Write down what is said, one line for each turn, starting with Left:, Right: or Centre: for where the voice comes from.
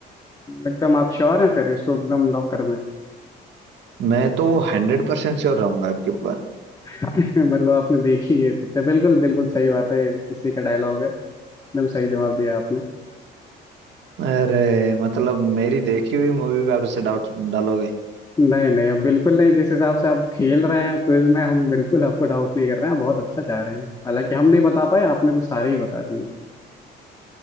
Left: एकदम आप श्योर हैं फिर इसको एकदम लॉक कर दें
Right: मैं तो हंड्रेड परसेंट श्योर रहूंगा आपके ऊपर
Left: <laughs> मतलब आपने देखी है पिक्चर बिल्कुल बिल्कुल सही बात है इसी का डायलॉग है एकदम सही जवाब दिया आपने
Right: अरे मतलब मेरी देखी हुई मूवी पे आप इससे डाउट डालोगे
Left: नहीं नहीं अब बिल्कुल नहीं जिस हिसाब से आप खेल रहे हैं क्विज में हम बिल्कुल आपको डाउट नहीं कर रहे हैं बहुत अच्छा जा रहे हैं हालांकि हम नहीं बता पाए आपने तो सारे ही बता दिए